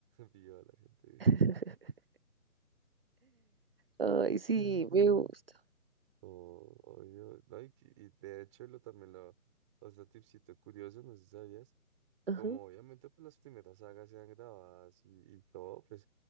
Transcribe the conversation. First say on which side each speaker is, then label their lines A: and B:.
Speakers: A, on the right; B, on the right.
A: Vio a la gente.
B: <laughs> Ay,
A: "Ay,
B: sí,
A: carnal".
B: me gusta.
A: Oh, obvio. No, y, que- y de hecho lo también lo, otro tipcito curioso, no sé si sabías
B: Ajá,
A: como obviamente pues las primeras sagas se han grabadas y, y todo, pues